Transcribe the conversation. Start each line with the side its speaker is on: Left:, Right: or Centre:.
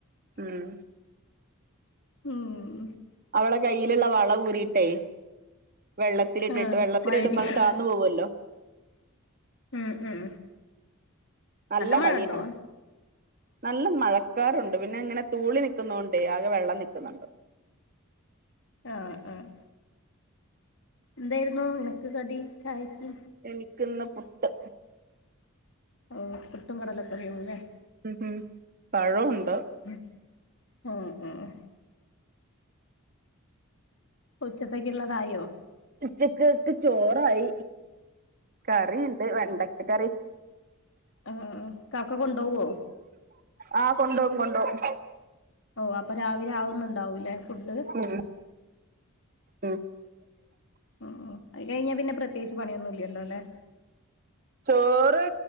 Right: ഉം
Left: ഉം
Right: അവള കയ്യിലുള്ള വള ഊരിട്ടേ വെള്ളത്തിലിട്ടിട്ട്
Left: ആഹ്
Right: വെള്ളത്തി
Left: മഴയത്തേക്ക്
Right: ഇടുമ്പോ അങ് താന്ന് പോകുവല്ലോ
Left: ഉം ഉം
Right: നല്ല
Left: മഴ
Right: കളിയാണ്
Left: ഉണ്ടോ
Right: നല്ല മഴക്കാറുണ്ട് പിന്നെ ഇങ്ങനെ തൂളി നിൽക്കുന്നണ്ടേ ആകെ വെള്ളം നിൽക്കുന്നുണ്ട്.
Left: ആഹ് ആഹ് എന്തായിരുന്നു നിനക്ക് കടി ചായക്ക്.
Right: എനിക്ക്ന്ന് പുട്ട്
Left: ഓഹ് പുട്ടും കടലക്കറിയു ല്ലേ
Right: ഉം ഉം പഴോ ഉണ്ട്
Left: ഉം ആഹ് ആഹ് ഉച്ചത്തോക്ക് ഉള്ളതായോ
Right: ഉച്ചക്ക്ക്ക് ചോറായി കറിണ്ട് വെണ്ടക്ക കറി.
Left: ആഹ് ആഹ് കാക്ക കൊണ്ട്പോവോ
Right: ആഹ് കൊണ്ടോവും കൊണ്ടോവും
Left: ഓഹ് അപ്പൊ രാവിലെ ആവുന്നുണ്ടാവൂല്ലേ ഫുഡ്
Right: ഉം ഉം
Left: ഉം അത് കഴിഞ്ഞ പിന്നെ പ്രത്യേകച്ച് പണിയൊന്നും ഇല്ലല്ലോ ല്ലേ
Right: ചോറ്